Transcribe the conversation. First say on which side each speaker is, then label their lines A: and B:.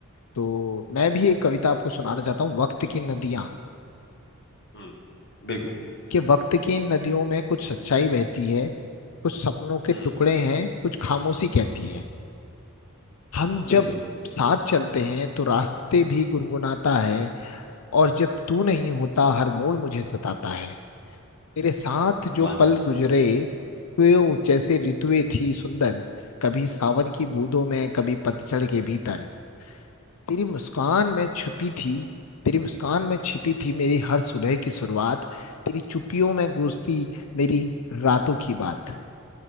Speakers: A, on the left; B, on the left.
A: तो मैं भी एक कविता आपको सुनाना चाहता हूँ वक्त की नदियाँ
B: हम्म बिल्कुल
A: कि वक्त की इन नदियों में कुछ सच्चाई बहती है कुछ सपनों के
B: हम्म
A: टुकड़े हैं कुछ खामोशी कहती है हम
B: हाँ, बिल्कुल
A: जब साथ चलते हैं तो रास्ते भी गुनगुनाता है और जब तू नहीं होता हर मोड़ मुझे सताता है तेरे साथ
B: वाह
A: जो पल गुजरे वो जैसे ऋतुएं थी सुंदर कभी सावन की बूंदों में कभी पतझड़ के भीतर तेरी मुस्कान में छुपी थी तेरी मुस्कान में छिपी थी मेरी हर सुबह की शुरुआत तेरी चुपियों में गूंजती मेरी रातों की बात